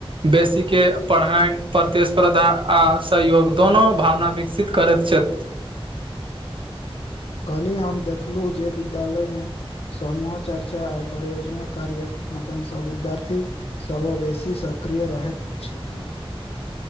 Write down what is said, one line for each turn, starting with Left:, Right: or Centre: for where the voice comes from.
Right: बेसीके पढ़ाइन प्रति स्पर्द्धा आ सहयोग दोनो भावना विकसित करैत छथि
Left: काल्हि हम देखलहु जे विद्यालय मे समूह चर्चा आ परियोजना कार्यक माध्यमसं विद्यार्थी सभ बेसी सक्रिय रहैत छथी